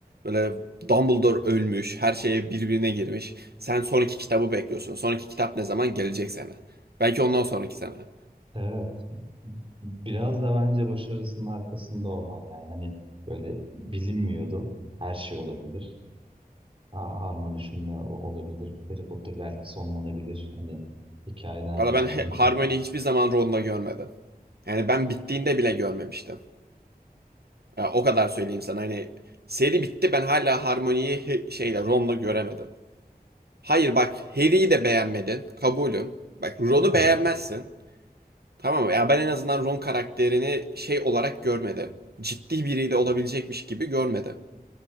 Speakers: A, on the right; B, on the right.
A: Böyle Dumbledore ölmüş, her şeye birbirine girmiş. Sen son iki kitabı bekliyorsun. Son iki kitap ne zaman gelecek sana? Belki ondan sonraki sene.
B: Evet biraz da bence başarısının arkasında o var yani hani böyle bilinmiyordu her şey olabilir. Ha- Harmony şununla o- olabilir. Harry Potter belki sonlanabilir. Hani hikaye nerede
A: Valla ben
B: biteceğini
A: He- Hermione'yi
B: kim bilir.
A: hiçbir zaman Ron'la görmedim. Yani ben bittiğinde bile görmemiştim. Ya o kadar söyleyeyim sana hani seri bitti ben hala Harmony'yi he- şeyle Ron'la göremedim. Hayır bak Harry'i de beğenmedin. Kabulüm. Bak Ron'u
B: Evet.
A: beğenmezsin. Tamam mı? Ya ben en azından Ron karakterini şey olarak görmedim. Ciddi biriyle olabilecekmiş gibi görmedim.